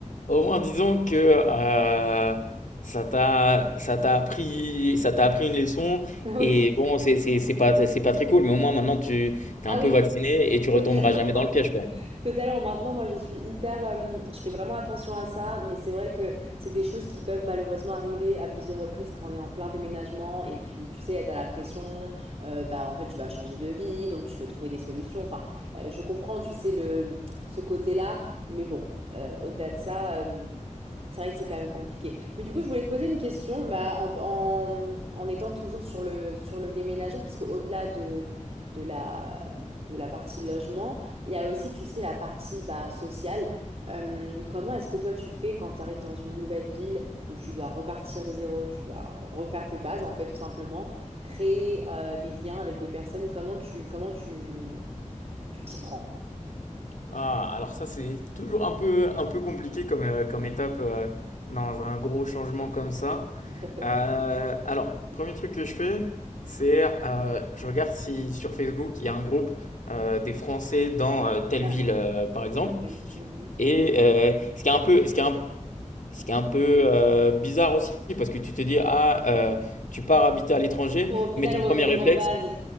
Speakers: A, on the left; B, on the right.
A: au moins disons que euh, ça t'a ça t'a appris ça t'a appris une leçon
B: <laughs>
A: et
B: Oui.
A: bon c'est c'est c'est pas c'est pas très cool mais au moins maintenant tu t'es
B: Ah
A: un peu
B: oui,
A: vacciné et tu retomberas
B: totalement.
A: jamais
B: <laughs>
A: dans le piège quoi.
B: Totalement. Maintenant, moi, je suis hyper... euh, je fais vraiment attention à ça, mais c'est vrai que c'est des choses qui peuvent malheureusement arriver à plusieurs reprises quand on est en plein déménagement. Et puis, tu sais, t'as la pression. euh, bah, en fait, tu vas changer de vie, donc tu veux trouver des solutions. Enfin, euh, je comprends, tu sais, le, ce côté-là. Mais bon, euh, au-delà de ça... euh, C'est vrai que c'est quand même compliqué. Mais du coup, je voulais te poser une question, bah, en, en, en étant toujours sur le, sur le déménagement, parce qu'au-delà de, de la, de la partie logement, il y a aussi, tu sais, la partie bah, sociale. Euh, comment est-ce que toi, tu fais quand tu arrives dans une nouvelle ville où tu dois repartir de zéro, tu dois refaire tes bases, en fait, tout simplement, créer euh, des liens avec des personnes, comment tu, comment tu, tu t'y prends?
A: Ah, alors ça c'est toujours un peu un peu compliqué comme euh, comme étape euh, dans un gros changement comme ça.
B: <laughs>
A: Euh, alors, premier truc que je fais, c'est euh, je regarde si sur Facebook il y a un groupe euh, des Français dans euh, telle
B: Ah,
A: ville euh, par exemple
B: ok. Mhm.
A: Et euh, ce qui est un peu, ce qui est un, ce qui est un peu euh, bizarre aussi, parce que tu te dis, ah, euh, tu pars habiter à l'étranger,
B: Pour au final
A: mais ton
B: revenir
A: premier réflexe,
B: aux bases.